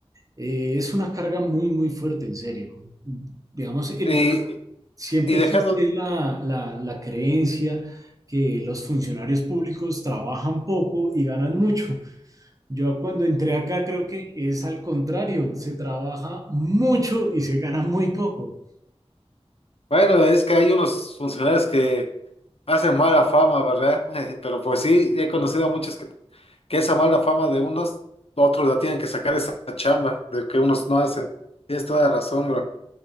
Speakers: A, on the right; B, on the left.
A: Eh, es una carga muy, muy fuerte, en serio. Digamos, en-
B: Y,
A: siempre
B: y dejando,
A: existe la, la, la creencia que los funcionarios públicos trabajan poco y ganan mucho. Yo cuando entré acá creo que es al contrario, se trabaja mucho y se gana muy poco.
B: Bueno, es que hay unos funcionarios que hacen mala fama, ¿verdad? <laughs> Pero pues sí, he conocido a muchos que, que esa mala fama de unos, otros la tienen que sacar esa chamba de que unos no hacen. Tienes toda la razón, bro.